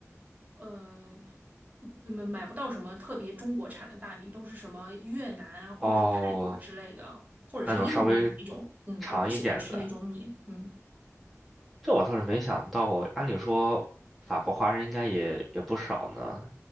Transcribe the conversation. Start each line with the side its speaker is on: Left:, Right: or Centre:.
Right: 呃，买买不到什么特别中国产的大米，都是什么越南啊，或者是泰国之类的，
Centre: 哦，
Right: 或者是印度那种。
Centre: 那种稍微
Right: 嗯，
Centre: 长一点的，
Right: 我不喜欢吃那种米。嗯
Centre: 这我倒是没想到过。按理说，法国华人应该也也不少呢，